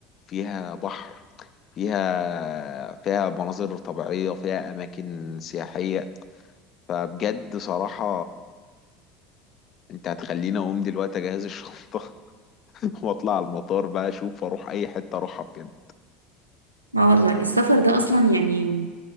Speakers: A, on the left; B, on the right.
A: فيها بحر فيها فيها مناظر طبيعيه فيها اماكن سياحيه فبجد صراحه انت هتخليني اقوم دلوقتي اجهز الشنطه <laughs> واطلع على المطار بقى اشوف اروح اي حته اروحها بجد
B: اه والله السفر ده أصلا يعني